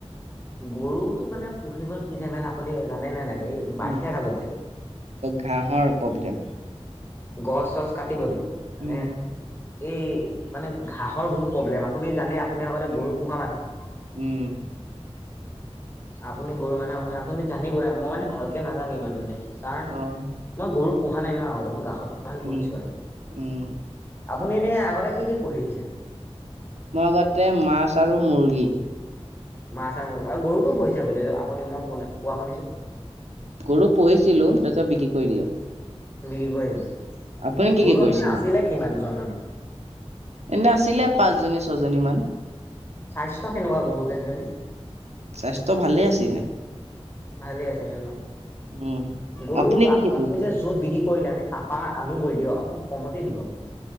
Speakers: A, on the left; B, on the right.
A: গৰুটো মানে পুহিবলৈ কি যে মান আপুনি জানে নে নাই এই বাৰিষা
B: উ
A: কালত যে
B: ঘাঁহৰ প্ৰব্লেম।
A: গছ চছ কাটিবলৈ মানে
B: উম
A: এই মানে ঘাঁহৰ বহুত প্ৰব্লেম আপুনি জানে আপুনি আগতে গৰু পোহা মানুহ।
B: উম
A: আপুনি গৰু মানুহ আপুনি জানিবই মই মানে ভালকে নাজানো ইমান মানে। কাৰণ
B: অ
A: মই গৰুক পোহা নাই ন আগতে মই গাহৰি
B: উম,
A: পুহিছো আৰু।
B: উম,
A: আপুনি এনেই আগতে কি কি পঢ়িছে?
B: মই আগতে মাছ আৰু মুৰ্গী।
A: মাছ আৰু ম আৰু গৰুটো পুহিছে বুলি আপুনি মই শুনা কোৱা শুনিছো।
B: গৰু পুহিছিলো তাৰ পিছত বিক্ৰী কৰি দিলো।
A: বিক্ৰী কৰিম
B: আপুনি কি
A: গৰু
B: কি কৰিছিলে?
A: আপোনাৰ আছিলে কিমানজন মানে।
B: এনে আছিলে পাঁচজনী ছজনীমান।
A: স্বাস্থ্য কেনেকুৱা গৰুকেইজনীৰ
B: স্বাস্থ্য ভালেই আছিলে।
A: ভালে আছে জানো
B: উম,
A: গৰু
B: আপুনি কি
A: আকৌ
B: কি পুহিছিলে?
A: আকু যে য'ত বিক্ৰী কৰিলে আমি তাপ পাহ আনোগৈ দিয়ক অকণ কমতে দিব।